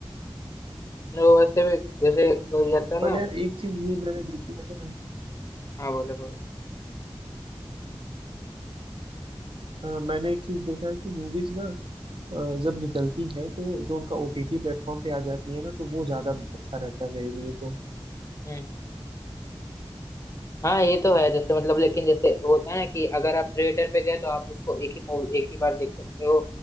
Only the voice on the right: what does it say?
पर
यार एक चीज ये मैंने देखी है ना
अ, मैंने एक चीज देखा है कि मूवीज ना अ, जब निकलती है तो जो उनका ओटीटी प्लेटफॉर्म पे आ जाती है ना तो वो ज्यादा अच्छा रहता है मेरे लिए तो